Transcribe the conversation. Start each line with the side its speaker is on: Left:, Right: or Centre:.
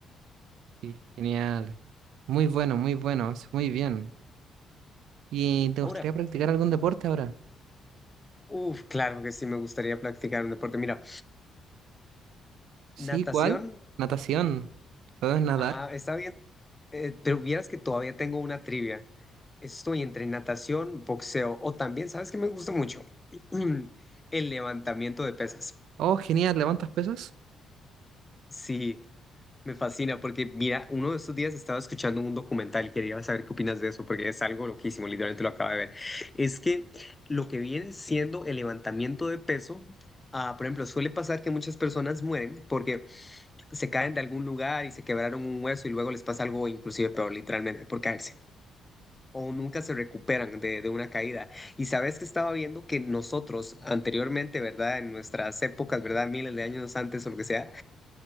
Right: Sí, genial. Muy bueno, muy bueno, es muy bien. ¿Y te gustaría
Left: Ahora,
Right: practicar algún deporte ahora?
Left: uff, claro que sí me gustaría practicar un deporte. Mira,
Right: Sí,
Left: natación.
Right: ¿cuál? Natación. ¿Sabes nadar?
Left: Ajá, está bien. Eh, pero vieras que todavía tengo una trivia. Estoy entre natación, boxeo o también, ¿sabes qué me gusta mucho? <clears throat> El levantamiento de pesas.
Right: Oh, genial, ¿levantas pesas?
Left: Sí, me fascina porque mira, uno de estos días estaba escuchando un documental y quería saber qué opinas de eso porque es algo loquísimo, literalmente lo acabo de ver. Es que lo que viene siendo el levantamiento de peso, ah, por ejemplo, suele pasar que muchas personas mueren porque se caen de algún lugar y se quebraron un hueso y luego les pasa algo inclusive peor, literalmente, por caerse. O nunca se recuperan de, de una caída. Y sabes que estaba viendo que nosotros anteriormente, ¿verdad? En nuestras épocas, ¿verdad? Miles de años antes o lo que sea,